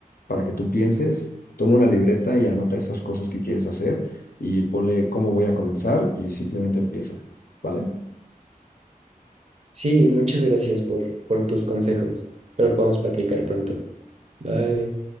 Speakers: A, on the left; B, on the right.
A: para que tú pienses, toma una libreta y anota estas cosas que quieres hacer y ponle cómo voy a comenzar y simplemente empieza, ¿vale?
B: sí, muchas gracias por, por tus consejos, pero podemos platicar pronto. Bye.